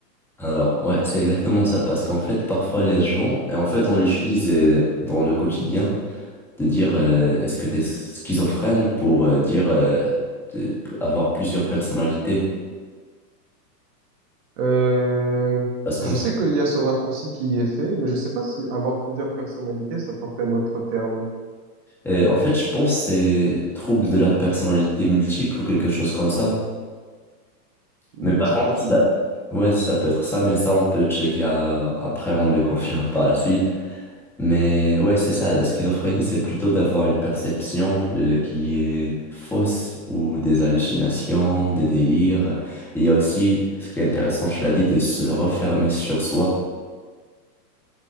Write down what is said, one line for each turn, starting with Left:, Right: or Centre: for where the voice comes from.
Centre: Alors, ouais, c'est exactement ça, parce qu'en fait, parfois les gens, et en fait, on l'utilise euh, dans le quotidien, de dire euh, est-ce que tu es schizophrène pour euh, dire euh, de- avoir plusieurs personnalités.
Right: Euh,
Centre: Parce qu'en
Right: je sais qu'il y a ce raccourci qui y est fait, mais je sais pas si avoir plusieurs personnalités, ça porte un autre terme.
Centre: euh, en fait, je pense que c'est trouble de la personnalité multiple ou quelque chose comme ça.
Right: Hmm,
Centre: Mais par
Right: c'est
Centre: contre,
Right: possible.
Centre: ça, ouais, ça peut être ça, mais ça, on peut le checker à- après, on le confirme par la suite. Mais ouais, c'est ça, la schizophrénie, c'est plutôt d'avoir une perception euh, qui est fausse ou des hallucinations, des délires. Et il y a aussi, ce qui est intéressant, tu l'as dit, de se refermer sur soi.